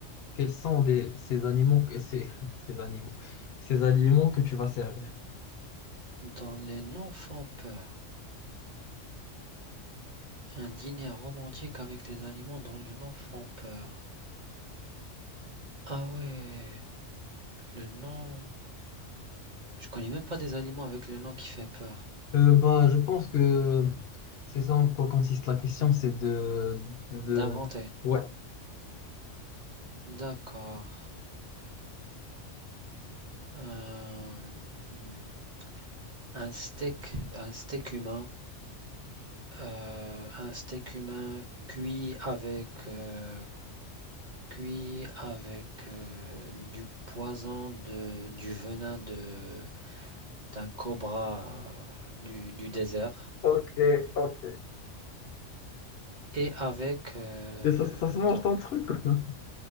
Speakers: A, on the left (about 65°); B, on the right (about 45°).
A: Quels sont des- ces animaux que ces, <laughs> ces animaux, ces aliments que tu vas servir?
B: Dans les non-font-peur, un dîner romantique avec des aliments dans le non-font-peur. Ah ouais, le non... Je connais même pas des aliments avec le nom qui fait peur.
A: Euh, bah, je pense que c'est ça en quoi consiste la question, c'est de, de,
B: D'inventer.
A: ouais.
B: D'accord. Euh, hmm. Un steak, un steak humain, euh, un steak humain cuit avec, euh, cuit avec euh, du poison de, du venin de, d'un cobra euh, du, du désert
A: Ok, ok.
B: et avec euh,
A: Et ça, ça se mange
B: donc
A: ton truc. quoi. <laughs>